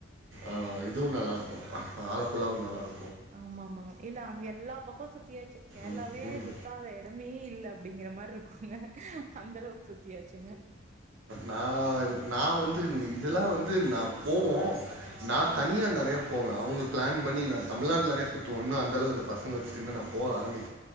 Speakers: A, on the right; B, on the right.
A: ஆஹ் இதுவும் நல்லா இருக்கும் ஆலப்புழாவு நல்லா இருக்கு
B: ஆமா ஆமாங்க இல்ல அங்க எல்லா பக்கு சுத்தியாச்சு கேரளாவே
A: ம் ம்
B: சுத்தாத எடமே இல்ல அப்படிங்கிற மாரி இருக்குங்க அந்த அளவுக்கு சுத்தியாச்சுங்க
A: நா நா வந்து இதெலா வந்து நா போவோ நா தனியா
B: ஓகே.
A: நெறய போவே அவுங்க பிளான் பண்ணி நா தமிழ்நாட்டுல நெறய சுத்து ஒன்னு அந்த அவுக்கு இந்த பசங்க வச்சுட்டு இன்னு போ ஆரம்பி